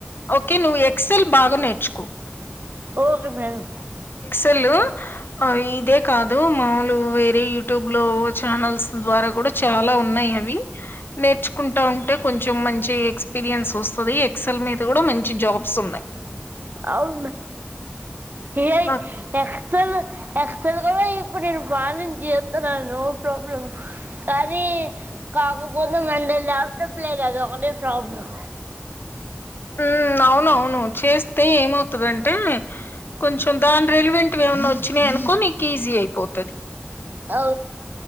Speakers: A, on the left; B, on the right.
A: ఓకే నువ్వు ఎక్సెల్ బాగా నేర్చుకో
B: ఒకే మేడం
A: అసలు ఇదే కాదు మాములు వేరే యూట్యూబ్ లో ఛానల్స్ ద్వారా కూడా చాలా ఉన్నాయి అవి నేర్చుకుంటా ఉ అంటే కొంచెం మంచి ఎక్స్పీరియన్స్ వస్తుంది ఎక్సల్ మీద కూడా మంచి జాబ్స్ ఉన్నాయి
B: అవు ఏ ఎ
A: నాకు
B: ఎసల్ ఎక్సల్గా ఇప్పుడు నేను బాగాను చేస్తున్నాను నో ప్రాబ్లమ్ కానీ కాకపోతే మంద ల్యాప్టాప్ లేదుది ఒకటే ప్రాబ్లం
A: <unintelligible> ఉ అవునవును చేస్తే ఏమవుతుందంటే కొంచెం దాని రెలివెంట్ ఏమన్నా వచ్చినా అనుకో నీకు ఈజీ అయిపోతుది
B: అ